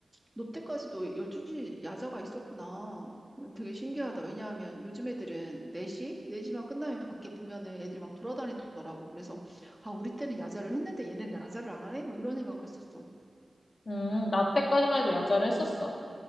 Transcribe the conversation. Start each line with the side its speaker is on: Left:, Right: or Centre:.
Centre: 너 때까지도 12시 야자가 있었구나. 음, 되게 신기하다. 왜냐하면 요즘 애들은 4시? 4시만 끝나면 밖에 보면은 애들이 막 돌아다니더라고. 그래서, 아, 우리 때는 야자를 했는데 얘는 야자를 안 하네? 막 이런 생각을 했었어.
Left: 음, 나 때까지만 해도 야자를 했었어.